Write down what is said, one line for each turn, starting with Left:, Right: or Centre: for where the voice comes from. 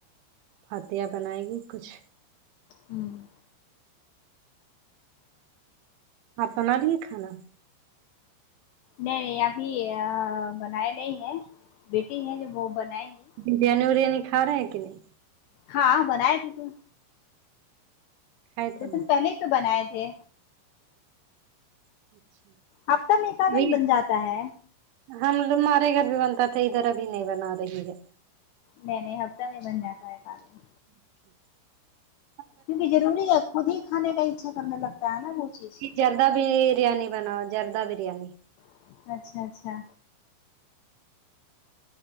Right: عطیہ بنائے گی کچھ
Left: ہوں
Right: آپ بنالیے کھانا
Left: نہیں ابھی بنایا نہیں ہے بیٹی ہے جو وہ بنائیں گی
Right: بریانی وریانی کھا رہے ہیں کہ نہیں
Left: ہاں بنائے تھے تو
Right: کھائے تھے
Left: دو
Right: نا
Left: دن پہلے ہی تو بنائے تھے
Right: <inaudible>
Left: ہفتہ میں ایک آ
Right: ابھی
Left: دن بن جاتا ہے
Right: ہم لوگ ہمارے گھر بھی بنتا تھا ادھر ابھی نہیں بنا رہی ہے
Left: نہیں نہیں ہفتہ میں بن جاتا ہے ایک آد دن
Right: اچھا
Left: کیونکہ ضروری ہے خود ہی کھانے کا اچھا کرنے لگتا ہے ناں وہ چیز
Right: جردہ بریانی بناؤ جردہ بریانی
Left: اچھا اچھا اچھا